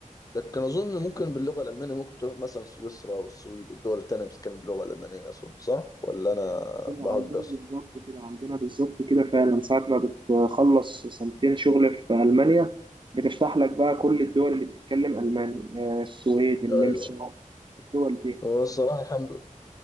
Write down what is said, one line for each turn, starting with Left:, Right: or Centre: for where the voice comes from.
Left: لكن اظن ممكن باللغه الالمانيه ممكن تروح مثلا سويسرا والسويد والدول التانيه بتتكلم باللغه الالمانيه اظن صح ولا انا
Right: طلع
Left: بهجص
Right: عندنا بالظبط كده عندنا بالظبط كده فعلا ساعة ما بتخلص سنتين شغل في ألمانيا بتفتح لك بقى كل الدول اللي بتتكلم ألماني آه، السويد النمسا
Left: ايوه
Right: الدول دي
Left: هو الصراحة الحمد